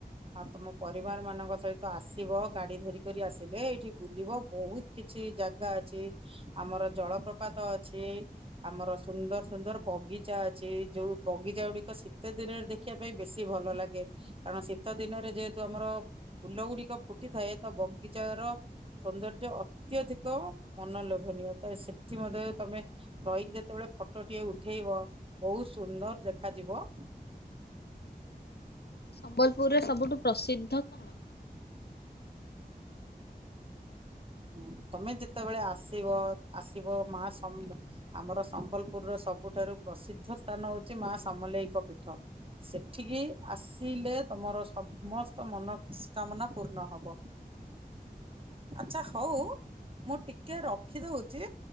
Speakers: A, on the right; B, on the left.
A: ଆଉ ତମ ପରିବାର ମାନଙ୍କ ସହିତ ଆସିବ। ଗାଡି ଧରିିକରି ଆସିଲେ ଏଇଠି ବୁଲିବ ବହୁତ କିଛି ଜାଗା ଅଛି ଆମର ଜଳପ୍ରପାତ ଅଛି। ଆମର ସୁନ୍ଦର ସୁନ୍ଦର ବଗି ଚା ଅଛି। ଯୋଉ ବଗିଚା ଗୁଡିକ ଶୀତ ଦିନରେ ଦେଖିବା ପାଇଁ ବେଶୀ ଭଲ ଲାଗେ କାରଣ ଶୀତ ଦିନରେ ଯେହେତୁ ଆମର ଫୁଲ ଗୁଡିକ ଫୁଟିଥାଏ ତ ବଗିଚା ର ସୌନ୍ଦର୍ଯ୍ୟ ଅତ୍ୟଧିକ ମନ ଲୋଭନୀୟ। ସେଠି ମଧ୍ୟ ତମେ ରହିକି ଯେତେବେଳେ ଫଟୋ ଟିକେ ଉଠେଇବ ବହୁ ସୁନ୍ଦର ଦେଖାଯିବ।
B: ସମ୍ବଲପୁରରେ ସବୁଠୁ ପ୍ରସିଦ୍ଧ କଣ?
A: ହୁଁ ତମେ ଯେତେବେଳେ ଆସିବ। ଆସିବ ମା ସମ୍ବ ଆମର ସମ୍ବଲପୁରର ସବୁଠାରୁ ପ୍ରସିଦ୍ଧ ସ୍ଥାନ ହଉଛି ମା ସମଲେଇଙ୍କ ପୀଠ। ସେଠିକି ଆସିଲେ ତମର ସମସ୍ତ ମନସ୍କାମନା ପୂର୍ଣ୍ଣ ହବ। ଆଚ୍ଛା ହୋଉ ମୁଁ ଟିକେ ରଖିଦଉଛି।